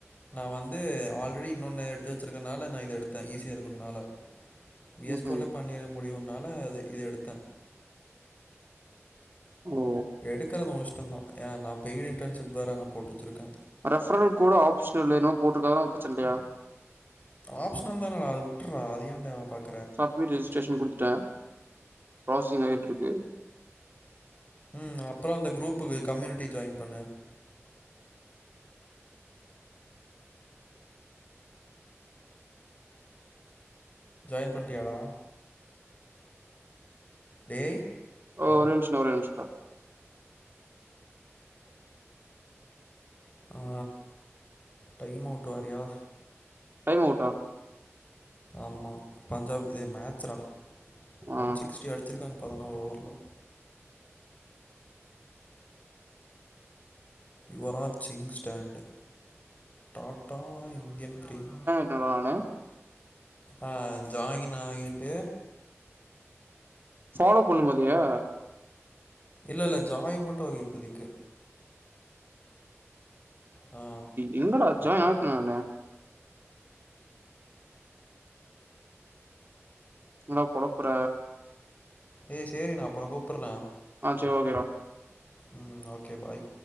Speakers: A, on the left (about 30°); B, on the right (about 45°).
A: நா வந்து ஆல்ரெடி இன்னொன்னு எடுத்து வச்சிருக்கனால நா இது எடுத்த ஈஸியா இருக்கும்னால வி
B: ம்ஹும்
A: எஸ் கோ ல பண்ணிட முடியுன்னால அது இது எடுத்த
B: ஓ
A: எடுக்கறது ஒ இஷ்டந்தா ஏ நா பெய்டு இன்டன்ஷிப் வேற நா போட்டு வச்சிருக்க
B: ரெப்ஃரல் கோடு ஆப்ஷனலு என்னமோ போட்ருக்காக பிரச்சன இல்லையா
A: ஆப்ஷனல் தானடா அது விட்டுர்றா அது ஏன்டா பாக்
B: சப்மிட் ரிஜிஸ்ட்ரேஷன் குடுத்துட்ட ப்ராசஸிங் ஆயிட்ருக்கு
A: ம் அப்புறோ அந்த க்ரூப்புக்கு கம்யூனிட்டி ஜாய்ன் பண்ணு ஜாய்ன் பண்ட்டியாடா டேய்
B: ஓ ஒரே நிமிஷம்டா ஒரே நிமிஷம்டா
A: ஆ டைம் அவ்ட் வேறயா
B: டைம் அவுட்டா
A: ஆமா பஞ்சாப் இதே மேச்ரா
B: ஆ
A: ஒன் சிக்ஸ்டி அடிச்சிருக்காங்க பதினோறு ஓவர்ல யுவராஜ் சிங் ஸ்டண்ட்டு டாட்டா இந்தியன் ப்ரீம்
B: என்னதானு
A: அ ஜாகின் ஆயிட்டு
B: ஃபாலோ பண்ணும் பாத்தியா
A: இல்ல இல்ல ஜாய்ன் மட்டு ஆகு இப்பதிக்கு ஆ
B: இல்ல டா ஜாய்ன் ஆய்ட்ட நானு என்னடா கொழப்பற
A: ஏ சேரி நா அப்பறொ கூப்பட்ற
B: ஆ சேர் ஓகேடா
A: ம் ஓகே பாய்